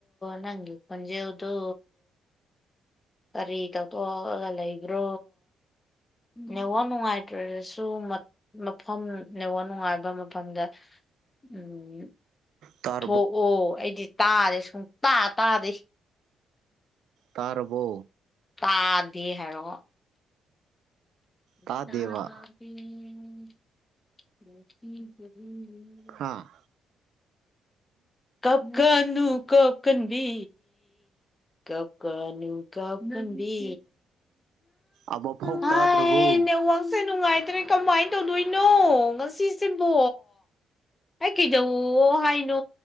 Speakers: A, on the left; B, on the right.
A: ꯅꯪꯒꯤ ꯈꯨꯟꯖꯦꯎꯗꯣ ꯀꯔꯤ ꯇꯧꯊꯣꯛꯑꯒ ꯂꯩꯕ꯭ꯔꯣ ꯅꯋꯥ ꯅꯨꯡꯉꯥꯏꯇ꯭ꯔꯦꯔꯁꯨ ꯃꯐꯝ ꯅꯋꯥ ꯅꯨꯡꯉꯥꯏꯕ ꯃꯐꯝꯗ ꯎꯝ
B: ꯇ
A: ꯊꯣꯛꯑꯣ ꯑꯩꯗꯤ ꯇꯥꯔꯦ ꯁꯨꯝ ꯇꯥ ꯇꯥꯗꯦ
B: ꯇꯥꯔꯕꯣ
A: ꯇꯥꯗꯦ ꯍꯥꯏꯔꯣꯀꯣ <unintelligible>
B: ꯇꯥꯗꯦꯕ ꯍꯥꯥ
A: ꯀꯞꯀꯅꯨ ꯀꯞꯀꯟꯕꯤ ꯀꯞꯀꯅꯨ ꯀꯞꯀꯟꯕꯤ
B: ꯑꯃꯐꯥꯎ
A: ꯍꯥꯏ
B: ꯇꯥꯗ꯭ꯔꯕꯣ
A: ꯅꯦꯠꯋꯥꯛꯁꯦ ꯅꯨꯡꯉꯥꯏꯇ꯭ꯔꯦ ꯀꯃꯥꯏ ꯇꯧꯗꯣꯏꯅꯣ ꯉꯁꯤꯁꯤꯕꯣ ꯑꯩ ꯀꯩꯗꯧꯋꯣ ꯍꯥꯏꯅꯣ